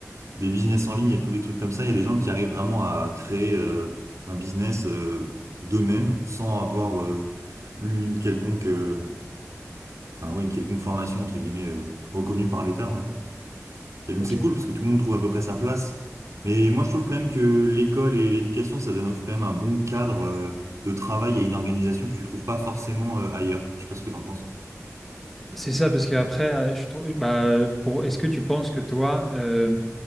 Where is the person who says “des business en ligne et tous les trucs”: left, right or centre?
Right